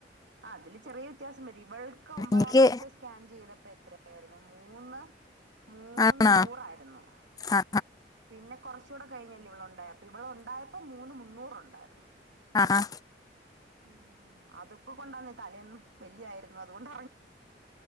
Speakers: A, on the right; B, on the left.
A: അതില് ചെറിയ വ്യത്യാസം വരും ഇവൾക്ക് ഒമ്പതാം
B: എനിക്ക്
A: മാസത്തെ സ് സ്കാൻ ചെയ്തപ്പോ എത്രയായിരുന്നു മൂന്ന് മൂന്ന്
B: ആണോ
A: നൂറായിരുന്നു
B: ആ
A: പിന്നെ കൊറ്ചൂടെ കഴിഞ്ഞല്ലെ ഇവളുണ്ടായെ അപ്പ ഇവളുണ്ടായപ്പൊ മൂന്ന് മുന്നൂറുണ്ടായിരുന്നു
B: ആ ആ ആ
A: ഉം അതൊക്കെ കൊണ്ടാന്ന് തലേന്നും വല്ലി ആയിരുന്നു അതുകൊണ്ട